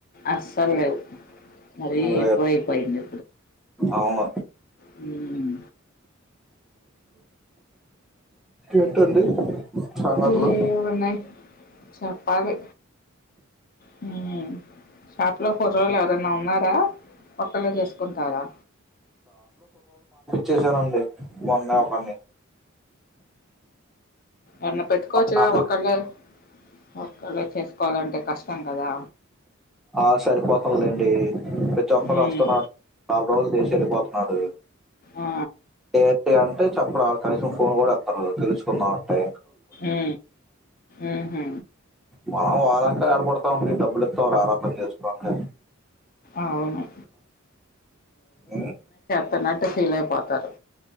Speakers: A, on the left; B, in the centre.
A: అస్సల్ లేవు మరీ
B: అదే
A: ఎక్కువ
B: కదా.
A: అయిపోయింది
B: అవును
A: హ్మ్.
B: ఏంటండి సంగతులు
A: ఏమున్నయ్ చెప్పాలి హూ షాప్ లో కుర్రోల్లు ఎవరైనా ఉన్నారా, ఒక్కళ్ళే జేసుకుంటారా.
B: చేసానండి మొన్నే ఒకన్ని
A: ఏన్న పెట్టుకోవచ్చుగా
B: నాదే
A: ఒకళ్ళె ఒకళ్ళే చేసుకోవాలంటే కష్టం కదా
B: ఆ సరిపోతన్లేండీ ప్రతి ఒక్కళ్ళు
A: హ్మ్.
B: వస్తున్నా <inaudible> నాలుగుఛ రోజులు చేస్ ఎల్. పోతున్నారూ
A: ఆ!
B: ఏటే అంటే చెప్పడాలు కనీసం ఫోన్ గూడా ఎత్తరు పిలుసుకుందామంటే
A: ఊ ఊహు
B: మనం ఆలెంకన ఏడ పడతాం ఈ డబ్బులు ఇత్తాం రారా పని చేసుకో అంటే.
A: అవును.
B: ఉమ్,
A: తన్నట్టు ఫీలై పోతారు